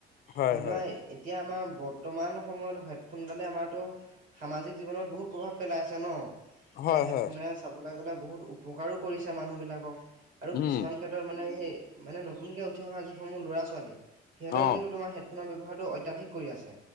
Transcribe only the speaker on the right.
ধৰি
লোৱা এতিয়া আমাৰ বৰ্তমান সময়ত হেডফোনডালে আমাৰতো সামাজিক জীৱনত বহুত প্ৰভাৱ পেলাই আছে ন?
তে হেডফোনে
চাবলৈ গ'লে বহুত উপকাৰো কৰিছে মানুহবিলাকক আৰু
কিছুমান ক্ষেত্ৰত মানে সেই মানে নতুনকৈ উঠি অহা যিসমূহ ল'ৰা - ছোৱালী লয়
কিন্তু তোমাৰ হেডফোনৰ ব্যৱহাৰটো অত্যাধিক কৰি আছে।